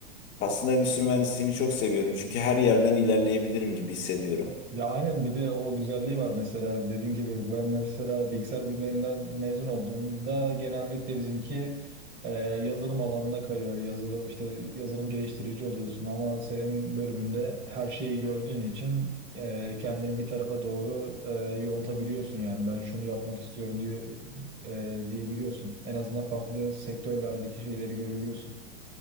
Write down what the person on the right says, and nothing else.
Ya aynen bir de o güzelliği var mesela dediğin gibi ben mesela bilgisayar bilimlerinden mezun olduğumda genellikle bizimki e, yazılım alanına kayıyor. Yazılım işte yazılım geliştirici oluyorsun ama senin bölümünde her şeyi gördüğün için e, kendini bir tarafa doğru e, yontabiliyorsun yani ben şunu yapmak istiyorum diye e, diyebiliyorsun. En azından farklı sektörlerdeki şeyleri görebiliyorsun.